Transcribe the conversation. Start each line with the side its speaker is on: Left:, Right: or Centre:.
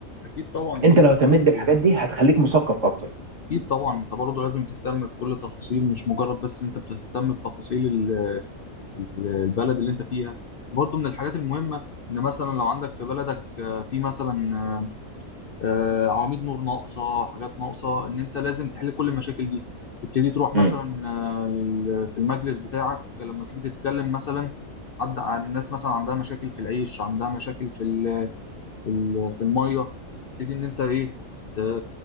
Left: اكيد طبعا
Right: انت
Left: دي من
Right: لو
Left: الحاجات-
Right: اهتميت بالحاجات دي هتخليك مثقف اكتر
Left: اكيد طبعا انت برضه لازم تهتم بكل تفاصيل مش مجرد بس ان انت بتهتم بتفاصيل ال- ال- البلد اللي انت فيها وبرضه من الحاجات المهمه ان مثلا لو عندك في بلدك آه، في مثلا آه، آه، عواميد نور ناقصه حاجات ناقصه ان انت لازم تحل كل المشاكل دي تبتدي تروح مثلا
Right: مم.
Left: آه، ال- في المجلس بتاعك لما تيجي تتكلم مثلا حد عن الناس مثلا عندها مشاكل في العيش عندها مشاكل في ال في ال- في الميه تبتدي ان انت ايه ت-